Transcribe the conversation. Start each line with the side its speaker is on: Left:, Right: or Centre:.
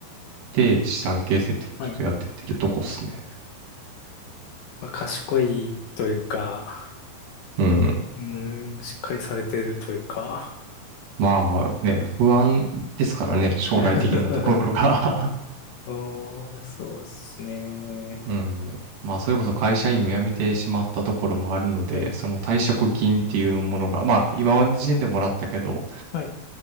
Right: で、資産形成っていうのをちょっとやってってるとこっすね。
Left: はい。まあ、賢いというか、
Right: うん。
Left: うーん、しっかりされてるというか、
Right: まあね、不安ですからね、将来的なところが
Left: <laughs> おー、そうですね。
Right: <laughs> うん。まあ、それこそ会社員を辞めてしまったところもあるので、
Left: はい。
Right: その退職金っていうものが、まあ、今の時点でもらったけど、
Left: はい